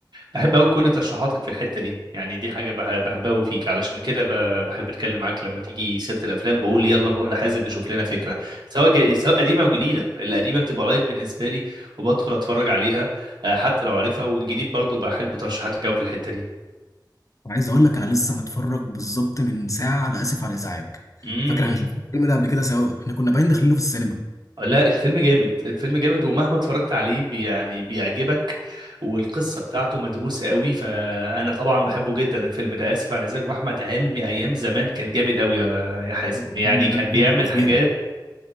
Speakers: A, on the right; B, on the left.
A: بحب قوي كل ترشيحاتك في الحته دي يعني دي حاجه بح- بحبها قوي فيك علشان كده ب- بحب اتكلم معاك لما تيجي سيره الافلام بقول يلا نروح لحازم نشوف لنا فكره سواء ج... سواء قديمه او جديده القديمه بتبقى لايت بالنسبه لي وبدخل اتفرج عليها آه، حتى لو عارفها والجديد برضو بحب ترشيحاتك قوي في الحته دي
B: وعايز اقول لك انا لسه متفرج بالظبط من ساعة على اسف على الازعاج،
A: امم
B: فاكر احنا شفنا الفيلم ده قبل كده سوا، احنا كنا باين داخلينه في السينما،
A: لا الفيلم جامد الفيلم جامد ومهما اتفرجت عليه بي يعني بيعجبك والقصة بتاعته مدروسة قوي فأنا طبعا بحبه جدا الفيلم ده آسف على الإزعاج وأحمد حلمي أيام زمان كان جامد قوي يا يا حازم
B: الفيلم
A: يعني كان
B: ده بجد
A: بيعمل
B: فظيع
A: حاجات